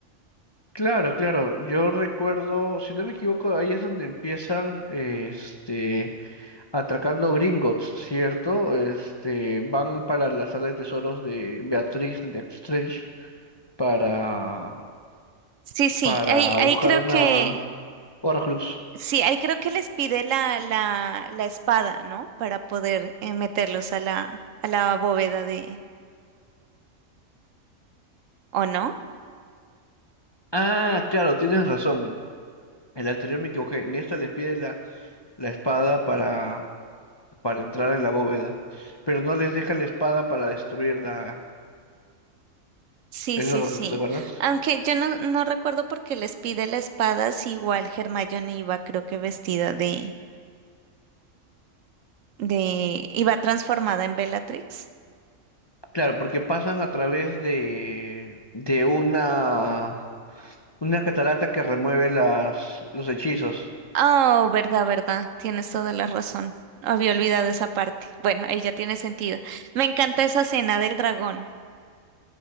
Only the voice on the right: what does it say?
Sí, sí,
ahí, ahí
creo
que,
sí, ahí creo que les pide la, la, la espada, ¿no? Para poder eh, meterlos a la, a la bóveda de, ¿o no?
Sí,
sí,
sí.
Aunque yo no, no recuerdo por qué les pide la espada, si igual Hermione iba, creo que vestida de, de, iba transformada en Bellatrix.
Oh, verdad, verdad. Tienes toda la razón. Había olvidado esa parte. Bueno, ahí ya tiene sentido. Me encanta esa escena del dragón.